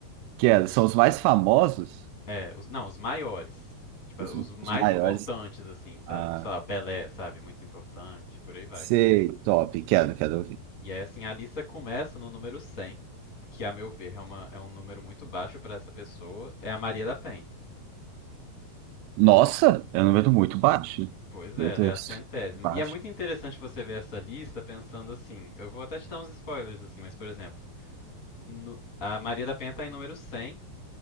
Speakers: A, on the right; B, on the left.
A: Que é, são os mais famosos,
B: É, os, não, os maiores. Tipo,
A: os,
B: os mais
A: os maiores.
B: importantes, assim, sabe?
A: Ah,
B: Tipo, sei lá, o Pelé, sabe? Muito importante, por aí vai.
A: sei, top. Quero, quero ouvir.
B: E aí, assim, a lista começa no número cem que a meu ver é, uma, é um número muito baixo pra essa pessoa. É a Maria da Penha.
A: Nossa, é um número
B: É,
A: muito baixo.
B: pois
A: Meu
B: é,
A: Deus,
B: ela é a centésima.
A: baixo.
B: E é muito interessante você ver essa lista pensando assim. Eu vou até te dar uns spoilers, assim, mas por exemplo, no- a Maria da Penha tá em número cem